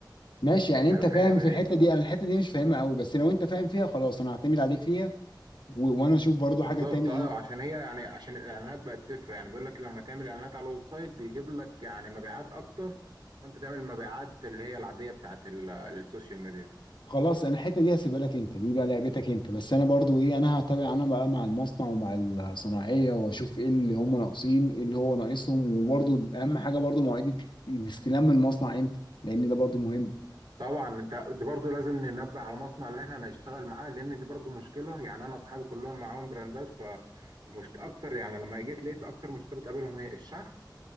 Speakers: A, on the left; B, on the right.
A: ماشي يعني انت
B: هيروح
A: فاهم
B: يعمل
A: في الحته
B: ايه ف-
A: دي انا الحته دي مش فاهمها قوي بس لو انت فاهم فيها خلاص انا هعتمد عليك فيها و... وانا اشوف برضو
B: بالظبط
A: حاجه تاني
B: اه
A: ايه
B: عشان هي يعني عشان الاعلانات بقت تفرق يعني بيقول لك لما تعمل اعلانات على الويب سايت بيجيب لك يعني مبيعات اكتر ما انت تعمل مبيعات اللي هي العاديه بتاعت ال- السوشيال ميديا
A: خلاص انا الحته دي هسيبها لك انت دي بقى لعبتك انت بس انا برضو ايه انا هتابع انا بقى مع المصنع ومع الصناعيه واشوف ايه اللي هم ناقصين ايه اللي هو ناقصهم وبرضو اهم حاجه برضو مواعيد الاستلام من المصنع امتى لان ده برضو مهم
B: طبعا انت دي برضو لازم ننبه على المصنع اللي احنا هنشتغل معاه لان دي برضو مشكله يعني انا اصحابي كلهم معاهم براندات فالمشكله اكتر يعني لما جيت لقيت اكتر مشكله بتقابلهم هي الشحن